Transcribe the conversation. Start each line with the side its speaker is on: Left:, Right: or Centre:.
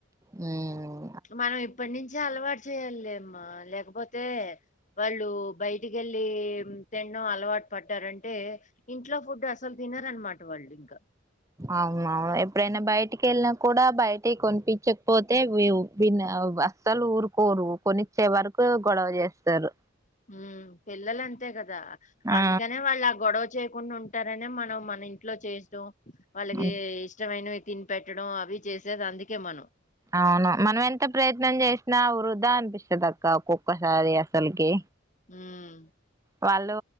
Right: ఉమ్
Left: మనం ఇప్పటి నుంచే అలవాటు చేయాలలేమ్మా లేకపోతే వాళ్ళు బయటికి వెళ్ళి తినడం అలవాటు పడ్డారంటే ఇంట్లో ఫుడ్ అసలు తినరనమాట వాళ్ళు ఇంకా
Right: అవునువును ఎప్పుడైనా బయటికి వెళ్ళినా కూడా బయటికి కొనిపించకపోతే విన్న అస్సలు ఊరుకోరు కొనిచ్చే వరకు గొడవ చేస్తారు
Left: ఉమ్ పిల్లలంతే కదా
Right: ఆ
Left: అందుకనే వాళ్ళు ఆ గొడవ చేయకుండా ఉంటారనే మనం మన ఇంట్లో చేసో వాళ్ళకి
Right: హ్మ్.
Left: ఇష్టమైన తిని పెట్టడం అవి చేసేది అందుకే మనం
Right: అవును మనం ఎంత ప్రయత్నం చేసినా వృధా అనిపిస్తది అక్క ఒక్కొక్కసారి అసలకి
Left: ఉమ్
Right: వాళ్ళు